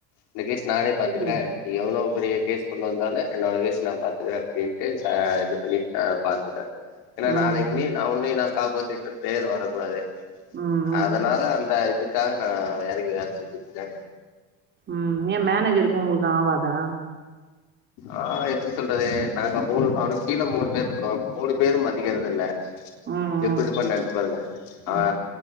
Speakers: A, on the left (about 85°); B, on the right (about 30°).
A: இந்த கேஷ் நானே பாத்துக்கறே
B: புரியல.
A: எவ்ளோ இப்பரிய கேஸ் பண்ண வந்தாலு என்னோடய கேஸ் நா பாத்துக்கற அப்படின்ட்டு ச இது பண்ணிட்டு நா பாத்துட்டே ஏன்னா
B: ம்.
A: நா <unintelligible> நா ஒண்ணயு நா காப்பாத்திடனு பேர் வரக்கூடாது
B: ம் ம்.
A: அதனால அந்த இது அதுக்காக நா எறங்கி வேல செஞ்சுட்ட்ருக்கே
B: ம் ஏ மேனஜருக்கு உங்களுக்கு ஆவாதா
A: ஆ எப்டி சொல்றது நாங்க மூணு அவருக்கு கீழே மூணு பேர் இருக்கோ மூணு பேரு மதிக்கறதில்ல
B: ம்
A: எப்டி இருப்போன்னு நெனைச்சு பாருங்க
B: ம்.
A: ஆ